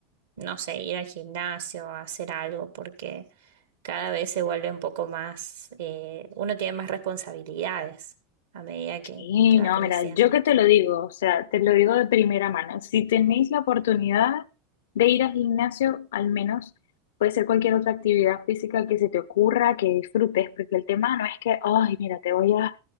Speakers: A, on the right; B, on the left.
A: no sé, ir al gimnasio, hacer algo, porque cada vez se vuelve un poco más, eh, uno tiene más responsabilidades a medida que,
B: sí,
A: que va
B: no,
A: creciendo.
B: mira, yo que te lo digo, o sea, te lo digo de primera mano. Si tenéis la oportunidad de ir al gimnasio, al menos puede ser cualquier otra actividad física que se te ocurra, que disfrutes, porque el tema no es que, ay, mira, te voy a